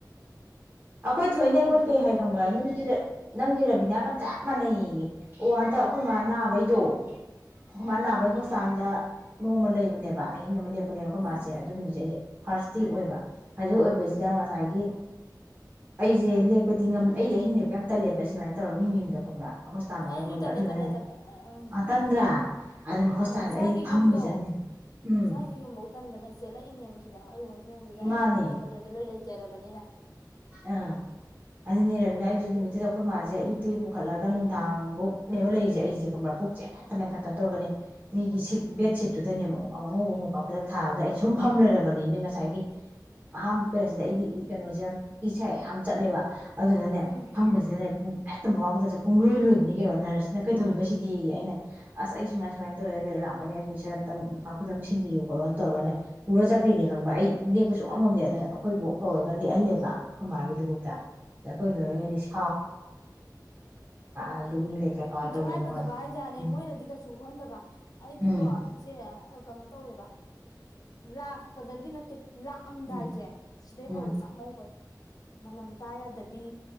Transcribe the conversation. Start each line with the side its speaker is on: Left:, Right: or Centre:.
Right: ꯑꯈꯣꯏ
Left: ꯈꯪ
Right: ꯊꯣꯏꯅ ꯑꯩꯉꯣꯟ
Left: ꯉꯝꯗꯣꯏꯅꯤ
Right: ꯀꯩ ꯍꯥꯏ ꯈꯪꯕ ꯅꯪ ꯗꯅ ꯅꯪꯗꯤ ꯔꯕꯤꯅꯥꯒ ꯆꯞ ꯃꯥꯟꯅꯩ ꯌꯌꯦ ꯑꯣ ꯍꯟꯇꯛ ꯑꯈꯣꯏ ꯃꯥ ꯅꯥꯕꯩꯗꯣ
Left: ꯎꯝ
Right: ꯃꯥꯅꯕꯩ ꯍꯨꯁꯁꯥꯟꯗ ꯅꯣꯡꯃ ꯂꯩꯕꯅꯦꯕ ꯑꯍꯤꯡ ꯑꯃ ꯂꯦꯞ ꯅꯦꯕ ꯑꯩꯈꯣꯏ
Left: ꯎꯝ
Right: ꯃꯥꯁꯦ ꯑꯗꯨ ꯅꯨꯃꯤꯠꯖꯦ ꯐꯥꯔꯁ ꯗꯦ ꯑꯣꯏꯕ ꯍꯥꯏꯖ ꯑꯣꯏꯕꯁꯤꯗ
Left: ꯎꯝ
Right: ꯉꯁꯥꯏꯒꯤ ꯑꯩꯖꯦ ꯂꯦꯞ ꯄꯗꯤ ꯉꯝ ꯑꯩ ꯑꯍꯤꯡ ꯂꯦꯛꯄ ꯌꯥꯝ ꯇꯜꯂꯦꯄ ꯁꯃꯥꯏꯅ ꯇꯧꯔꯒ ꯃꯤ ꯃꯌꯨꯝꯗ ꯈꯪꯕ꯭ꯔꯥ ꯍꯣꯁꯇꯥꯟ ꯑꯣꯏꯔ
Left: ꯑꯩꯁꯨ
Right: ꯑꯃ ꯑꯣꯏꯒ꯭ꯔꯥ
Left: ꯇꯜꯂꯦ
Right: ꯑꯗꯨꯗꯅꯅꯦ
Left: ꯇꯜꯂꯦ ꯇꯜꯂꯦ ꯎꯝ
Right: ꯉ ꯇꯟꯗ꯭ꯔꯥ ꯑꯗꯨꯅ ꯍꯣꯁꯄꯤꯇꯥꯜꯗ
Left: ꯎꯝ ꯏꯁꯥꯒꯤ
Right: ꯑꯩ ꯐꯝꯁꯅꯦ
Left: ꯌꯨꯝꯗꯣ
Right: ꯎꯝ
Left: ꯏꯁꯥꯒꯤ ꯌꯨꯝꯐꯧ ꯇꯟꯗꯅ ꯆꯦꯜꯂꯛꯏꯅꯦꯕ ꯑꯩ ꯁꯤꯗ ꯑꯩꯒꯤ
Right: ꯃꯥꯅꯦ
Left: ꯃꯄꯣꯟ ꯃꯆꯩ ꯗ ꯂꯣꯏ ꯂꯩ ꯇꯦꯔꯕꯅꯤꯅ
Right: ꯑꯥ ꯑꯗꯨꯅꯦꯔꯥꯕꯤ ꯑꯩꯁꯨ ꯅꯨꯃꯤꯠꯇꯨꯗ ꯑꯩꯈꯣꯏ ꯃꯥꯖꯦ ꯑꯌꯨꯛꯇꯒꯤ ꯄꯨꯈꯠꯂꯒ ꯅꯨꯡꯗꯥꯡꯕꯧꯅꯦꯕ ꯂꯩꯔꯤꯁꯦ ꯑꯩꯁꯦ ꯀꯕꯔ ꯄꯨꯛꯖꯦ
Left: ꯎꯝ
Right: ꯑꯦꯛꯇ ꯂꯦꯡ ꯈꯠꯇꯅ ꯇꯧꯔꯒꯅꯦ ꯃꯤꯒꯤ ꯁꯤꯠ ꯕꯦꯠꯁꯤꯠꯇꯨꯗꯅꯦ ꯑꯉꯧꯕ ꯃꯣꯄꯥꯛ ꯐꯤꯗꯛ ꯊꯥꯕꯗ ꯑꯩ ꯁꯨꯝ ꯐꯝ ꯂꯩꯔꯕꯅꯤꯅ ꯉꯁꯥꯏꯒꯤ ꯑꯍꯥꯝꯕ ꯄꯦꯔꯁꯤꯗ ꯑꯩꯗꯤ ꯏ ꯀꯩꯅꯣꯁꯦ ꯌꯥꯝ ꯏꯩꯁꯦ ꯌꯥꯝ ꯆꯠꯂꯦꯕ ꯑꯗꯨꯗꯨꯅꯅꯦ
Left: ꯎꯝ
Right: ꯐꯝꯕꯁꯤꯗꯅꯦ ꯄꯨꯡꯇ ꯍꯦꯇ ꯃꯣꯄꯥꯛꯐꯤꯗꯛꯁꯦ ꯄꯨꯡꯂꯣꯏ ꯂꯣꯏꯕꯅꯤ ꯀꯩꯅꯣ ꯅꯔꯁꯅ ꯀꯩꯗꯧꯔꯤꯕꯁꯤꯗꯤ ꯑꯩꯅ ꯑꯁ ꯑꯩ ꯁꯨꯃꯥꯏ ꯁꯨꯃꯥꯏ ꯇꯧꯋꯦ ꯄꯤꯔꯠ ꯂꯥꯛ ꯅ ꯁꯤ ꯖꯦ ꯃꯣꯝꯄꯥꯛꯐꯤꯗꯛ ꯑꯃꯇꯪ ꯁꯤꯟꯕꯤꯌꯣ꯫ ꯈꯣꯠꯂꯣꯅ ꯇꯧꯔꯒꯅꯦ ꯄꯨꯔ ꯆꯈꯔꯤꯁꯤ ꯈꯪꯕꯔꯥ ꯑꯩ ꯂꯦꯛꯄ ꯁꯨꯡꯉꯝ ꯉꯝꯗꯦ ꯑꯗꯅ ꯑꯩꯈꯣꯏ ꯕꯣꯛ ꯀꯧꯔꯒ ꯂꯦꯛꯍꯜꯂꯦꯕ꯫ ꯈꯣꯏ ꯃꯥꯒꯤ ꯗꯨꯕꯨꯛꯇ ꯑꯩꯈꯣꯏ ꯈꯍꯣꯏꯅ ꯂꯤꯁꯤꯡ ꯑꯗꯨ ꯃꯤ ꯂꯩꯇ꯭ꯔꯥ ꯀꯃꯥꯏꯅ
Left: ꯎ
Right: ꯇꯧꯗꯣꯏꯅꯣꯅ
Left: ꯇꯉꯥꯏ ꯐꯗꯕ ꯍꯥꯏꯖꯥꯅꯦ
Right: ꯎꯝ
Left: ꯃꯣꯏꯅꯗꯤ ꯀꯩꯁꯨ ꯈꯟꯗꯕ ꯑꯩꯗꯤꯀꯣ
Right: ꯎꯝ
Left: ꯏꯆꯦ ꯀꯅꯣ ꯇꯧꯋꯦꯕ ꯂꯥꯛꯄꯗꯒꯤ ꯅꯠꯇꯦ ꯂꯥꯛꯑꯝꯗꯥꯏꯖꯦ
Right: ꯎꯝ
Left: ꯁꯤꯗꯩ
Right: ꯎꯝ
Left: ꯍꯧꯔꯦ ꯆꯥꯛꯃꯧꯕꯩ ꯃꯅꯝ ꯇꯥꯌꯗꯕꯤ